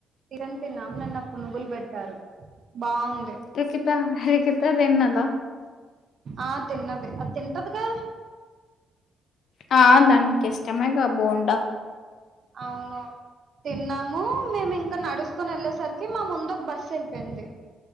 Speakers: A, on the right; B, on the left.
A: తిరన్ తిన్నాం నీన్న పునుగులు పెట్టారు బాగుంది
B: రకిత రకిత టిన్నదా
A: ఆ తిన్నది ఆ తింటదిగా
B: హా దానికి ఇష్టమేగా బోండా
A: అవును తిన్నాము మేము ఇంకా నడుచకొని వెళ్ళేసరికి మా ముందు ఒక బస్సు వెళ్ళిపోయింది